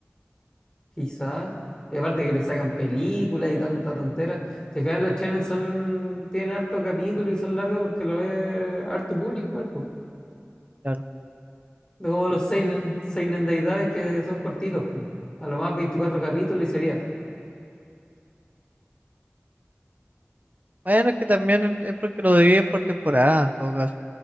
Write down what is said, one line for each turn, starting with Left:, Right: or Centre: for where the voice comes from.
Left: quizás, y aparte que le sacan películas y tanta tontera. Si fijan, los shonen son, tienen harto capítulo y son largos porque lo ve harto público igual, pues.
Right: claro.
Left: No como los seinen, seinen de edades que son cortitos, pues. A lo más 24 capítulos y sería.
Right: Bueno, es que también es porque lo dividen por temporada, en todo caso.